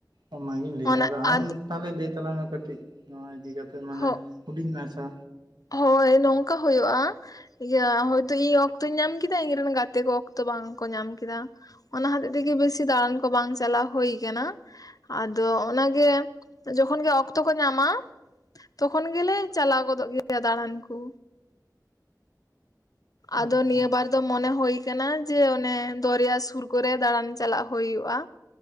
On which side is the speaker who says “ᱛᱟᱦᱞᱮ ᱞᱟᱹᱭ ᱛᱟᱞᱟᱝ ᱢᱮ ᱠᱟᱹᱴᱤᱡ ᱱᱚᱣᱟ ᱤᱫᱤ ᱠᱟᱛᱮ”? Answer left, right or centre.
Right